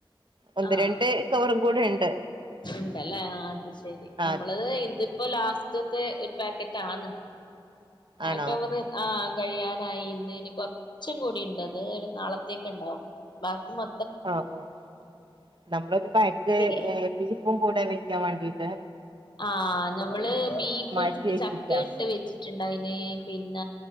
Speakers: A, on the right (about 60°); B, on the left (about 60°).
A: ഒന്ന്
B: ആഹ്
A: രണ്ട് കവറും കൂടെ ഉണ്ട്
B: ഉണ്ടല്ലേ അത് ശരി
A: ആ
B: നമ്മള്
A: അതെ
B: ഇന്ത് ഇപ്പൊ ലാസ്റ്റത്തെ ഒരു പാക്കറ്റ് ആണ്
A: ആണോ
B: ആക്കവറ് ആഹ് കഴിയാനായി ഇന്ന് ഇനി കൊറച്ചും കൂടി ഉണ്ട് അത് ഒരു നാളത്തേക്ക് ഉണ്ടാവും ബാക്കി മൊ
A: ആഹ് ഓഹ് നമ്മളൊരു <unintelligible>
B: ബിരിയാ
A: ബീഫും കൂടെ വെക്കാൻ വേണ്ടീട്ട്
B: ആഹ് ഞമ്മള് ബീഫ്
A: മാറ്റി
B: ഇട്ട്
A: വെച്ചിക്കാ
B: ചക്ക ഇട്ട് വെച്ചിട്ടുണ്ടായിന് പിന്ന